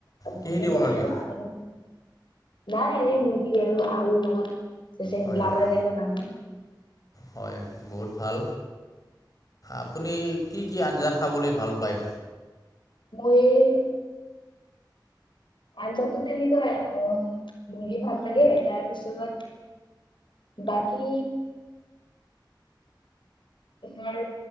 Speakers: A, on the left; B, on the left.
A: চবজিকে
B: কিহেদি বনালি
A: বনালো আৰু নাই মুৰ্গী আৰু আলুৰ লগত।
B: হয় হয়
A: <unintelligible>
B: হয় বহুত ভাল আপুনি কি কি আঞ্জা খাবলৈ ভাল পায়?
A: মোয়েই। আঞ্জাতো তেনেকুৱ অ' মুৰ্গী ভাল লাগে তাৰপিছত বাকী তোমাৰ